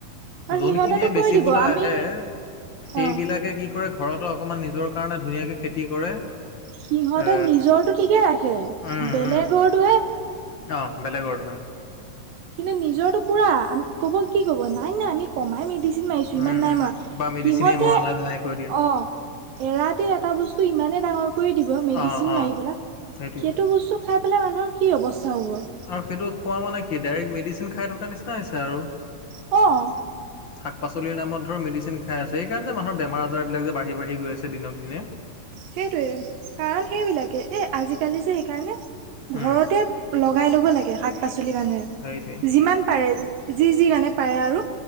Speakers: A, on the right (about 75°); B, on the left (about 45°).
A: আৰু
B: যোনখিনিয়ে
A: সিহঁতেতো
B: বেচিবলৈ
A: কৈ দিব আমি
B: আহে, সেইবলাকে
A: অ
B: কি কৰে ঘৰতো অকণমান নিজৰ কাৰণে ধুনীয়াকে খেতি কৰে
A: সিহঁতে
B: এ
A: নিজৰটো ঠিকে ৰাখে,
B: উম
A: বেলেগৰটোহে
B: উম অ' বেলেগৰতোহে।
A: কিন্তু নিজৰটো পুৰা ক'ব কি ক'ব নাই নাই আমি কমাই মেডিচিন মাৰিছো
B: উম
A: ইমান নাই
B: উম
A: মৰা,
B: বা মেডিচিনে
A: সিহঁতে
B: মৰা নাই তেনেকে কৈ দিয়ে
A: অ' এৰাতিৰ এটা বস্তু ইমানে ডাঙৰ কৰি দিব মেডিচিন
B: অ অ
A: মাৰি পেলাই,
B: সেইটোৱে
A: সেইটো বস্তু খাই পেলাই মানুহৰ কি অৱস্থা হ'ব।
B: আৰু সেইটো খোৱা মানে কি ডাইৰেক্ট মেডিচিন খাই থকাৰ নিচিনা হৈছে আৰু।
A: অ'।
B: উ শাক পাচলিৰ নামত মেডিচিন খাই আছো, এইকাৰণে যে মানুহৰ বেমাৰ আজাৰবিলাক যে বা়ঢ়ি বাঢ়ি গৈ আছে দিনক দিনে।
A: সেইটোয়ে, কাৰণ সেইবিলাকে। এ আজিকালি যে সেইকাৰণে
B: উম
A: ঘৰতে লগাই ল'ব লাগে শাক পাচলি মানুহে।
B: সেইটোৱে
A: যিমান পাৰে যি যি মানে পাৰে আৰু।